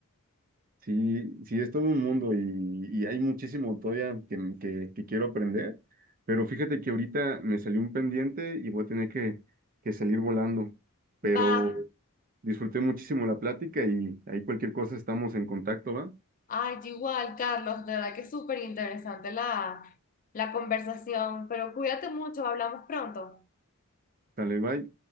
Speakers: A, on the right; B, on the left.
A: Sí, sí, es todo un mundo y, y hay muchísimo todavía que, que, que quiero aprender, pero fíjate que ahorita me salió un pendiente y voy a tener que, que salir volando, pero
B: va.
A: disfruté muchísimo la plática y ahí cualquier cosa estamos en contacto, ¿va?
B: Ay, yo igual, Carlos, de verdad que es súper interesante la, la conversación, pero cuídate mucho, hablamos pronto.
A: Dale, bye.